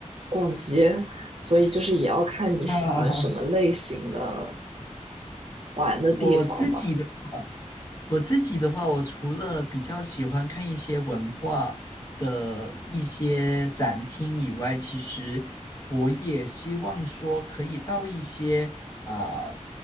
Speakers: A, on the right; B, on the left.
A: 逛街，所以就是也要看你喜欢什么类型的
B: 啊，
A: 玩的地方吧。
B: <laughs> 我自己的。我自己的话，我除了比较喜欢看一些文化的一些展厅以外，其实我也希望说可以到一些啊、